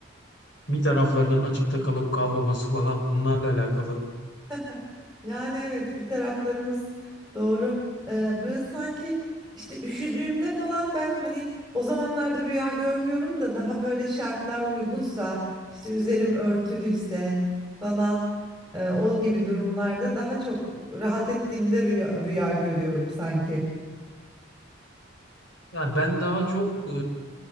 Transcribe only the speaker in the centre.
<laughs> Yani evet bir taraflarımız doğru. Ee, böyle sanki işte üşüdüğümde falan ben hani o zamanlarda rüya görmüyorum da daha böyle şartlar uygunsa işte üzerim örtülüyse falan e, o gibi durumlarda daha çok rahat ettiğimde rüya, rüya görüyorum sanki.